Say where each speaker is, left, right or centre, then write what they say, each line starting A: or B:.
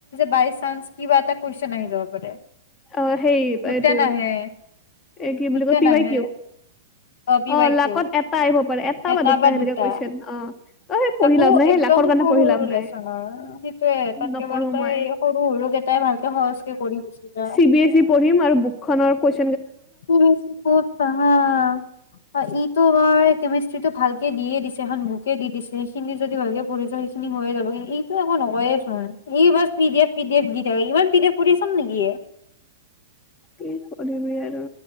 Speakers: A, on the left; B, on the left.
A: বাইচাঞ্চ কিবা এটা কোৱেচন আহি যাব পাৰে
B: অ হেই
A: গোটেই
B: এইটো
A: নাহে
B: এই কি
A: গোটেই
B: বুলি কয় পি
A: নাহে
B: ৱাই কিউ
A: পি
B: অ
A: বাই
B: লাকত
A: কিউ
B: এটা আহিব পাৰে
A: এটা বা
B: সেনেকে
A: দুটা
B: কুৱেশন অ অ সেই পঢ়ি
A: তাকো
B: লাভ নাই সেই
A: একদম
B: লাকৰ কাৰণে
A: সৰু
B: পঢ়ি
A: সৰু
B: লাভ নাই
A: লেচনৰ সেইটোয়ে তাত
B: নপঢ়ো
A: কেৱল তই
B: মই
A: সেই সৰু সৰুকেইটাই ভালকে সহজকে কৰি গছি যা
B: চ বি এছ ই পঢ়িম আৰু বুকনৰ কোৱেছ
A: স্কলাৰশ্বিপত পঢ়া ইটো বাৰু কেমিষ্ট্ৰিটো ভালকে দিয়ে দিছে এখন বুকে দি দিছে সেইখিনি যদি ভালকে পঢ়িছ সেইখিনি হৈয়ে যাব এইটো একো নকয়ে চোন এই বাৰ P D F P D F দি থাকে ইমান পি ডি এফ পঢ়ি চাম নেকি
B: কি কৰিবি আৰু